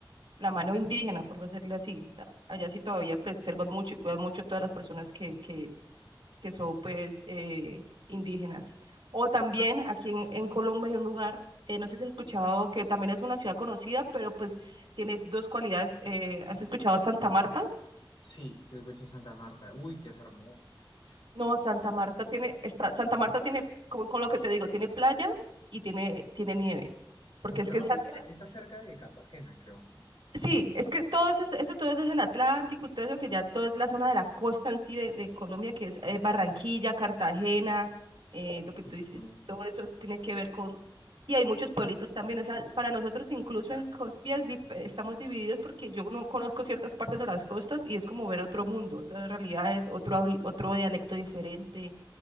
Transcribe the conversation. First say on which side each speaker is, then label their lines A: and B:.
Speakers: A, on the right; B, on the left.
A: la mano indígena, por decirlo así, o sea, allá sí todavía preservan mucho y cuidan mucho todas las personas que, que, que son pues eh, indígenas. O también aquí en, en Colombia hay un lugar, eh, no sé si has escuchado, que también es una ciudad conocida, pero pues tiene dos cualidades, eh, ¿has escuchado Santa Marta?
B: Sí, sí, escuché Santa Marta. Uy, qué es hermoso, me han dicho.
A: No, Santa Marta tiene, está, Santa Marta tiene, con, con lo que te digo, tiene playa y tiene, tiene nieve. Porque
B: Pues Santa
A: es que
B: Marta
A: en San-
B: está, está cerca de Cartagena, creo, ¿no?
A: sí, es que todo eso, es- eso todo eso es el Atlántico y todo eso que ya todo es la zona de la costa en sí de, de Colombia, que es eh, Barranquilla, Cartagena, eh, lo que tú
B: Ujú.
A: dices, todo eso tiene que ver con... Y hay muchos pueblitos también, o sea, para nosotros incluso
B: Exacto,
A: en Colombia es dif- estamos divididos porque yo no conozco ciertas partes de las costas y es como ver otro mundo, otra realidad es otro, habl- otro dialecto diferente